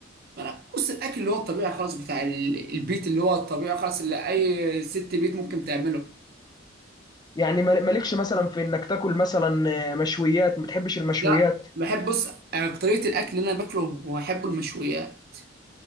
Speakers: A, on the right; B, on the left.
A: ما انا بص الاكل اللي هو الطبيعي خالص بتاع ال- البيت اللي هو الطبيعي خالص اللي اي ست بيت ممكن تعمله
B: يعني مال- مالكش مثلا في انك تاكل مثلا آه، مشويات ما بتحبش المشويات
A: لا بحب بص آه، طريقه الاكل اللي انا باكله واحبه المشويات